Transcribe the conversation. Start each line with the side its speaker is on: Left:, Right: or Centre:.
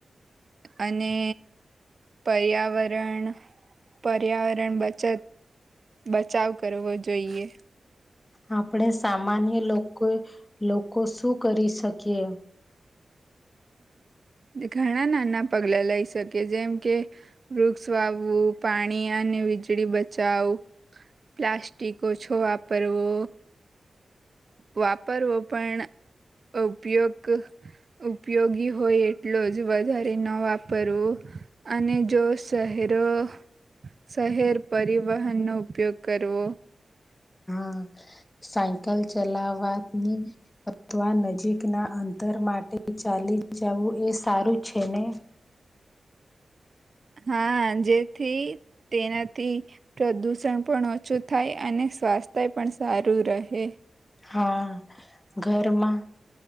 Right: અને પર્યાવરણ પર્યાવરણ બચત બચાવ કરવો જોઈએ
Left: આપણે સામાન્ય લોકો લોકો શું કરી શકીએ
Right: ઘણા નાના પગલા લઈ શકે જેમ કે વૃક્ષ વાવવું પાણી અને વીજળી બચાવ પ્લાસ્ટિક ઓ છોવા વાપરવો વાપરવો પણ ઉપયોગ ઉપયોગી હોય એટલો જ વધારે ન વાપરવું અને જો શહેરો શહેર પરિવહનનો ઉપયોગ કરવો-
Left: હા સાયકલ ચલાવા ની અથવા નજીકના અંતર માટે ચાલી જવું એ સારું છે ને
Right: હા જેથી તેનાથી પ્રદુષણ પણ ઓછું થાય અને સ્વાસ્થ્ય પણ સારું રહે.
Left: હા ઘરમાં